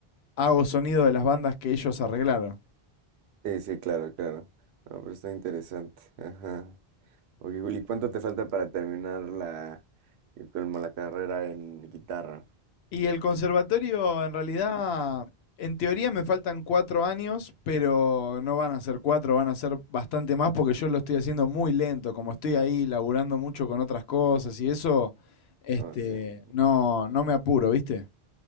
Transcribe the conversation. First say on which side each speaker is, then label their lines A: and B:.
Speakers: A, on the left (about 75°); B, on the right (about 80°).
A: hago sonido de las bandas que ellos arreglaron.
B: Sí, sí, claro, claro. No, pero está interesante. Ajá. Ok, Juli, ¿cuánto te falta para terminar la, el- como la carrera en guitarra?
A: Y el conservatorio, en realidad,
B: Digamos, ¿no?
A: en teoría me faltan cuatro años, pero no van a ser cuatro, van a ser bastante más porque yo lo estoy haciendo muy lento, como estoy ahí laburando mucho con otras cosas y eso, este,
B: Ah, sí. ujú.
A: no, no me apuro, ¿viste?